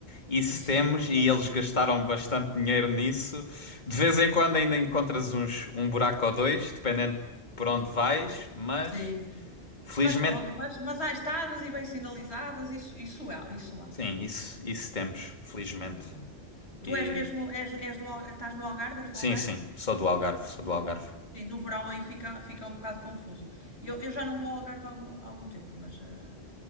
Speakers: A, on the left; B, on the left.
A: Isso
B: eu sim,
A: temos
B: é verdade.
A: e eles gastaram bastante dinheiro nisso. De vez em quando ainda encontras uns, um buraco ou dois, dependendo por onde vais, mas
B: Sim, sim.
A: felizmente,
B: Mas pronto, mas, mas há estadas e bem sinalizadas, isso, isso há, isso há,
A: sim, isso, isso temos, felizmente.
B: é verdade.
A: E
B: Tu és mesmo, és, és do, Al- estás no Algarve, és
A: sim,
B: do Algarve?
A: sim, sou do Algarve, sou do Algarve.
B: Sim, no verão aí fica, fica um bocado confuso. Eu, eu já não vou ao Algarve há algum, há algum tempo, mas eh,